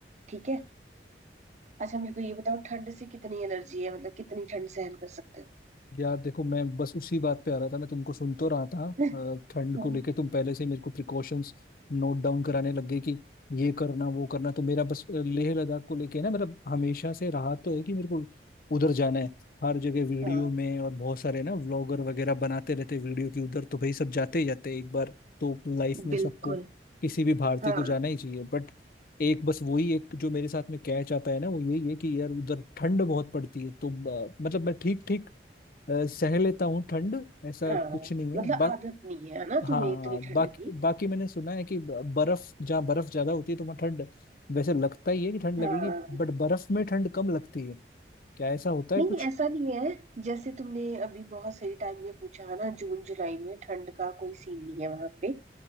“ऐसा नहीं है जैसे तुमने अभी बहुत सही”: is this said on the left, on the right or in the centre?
Right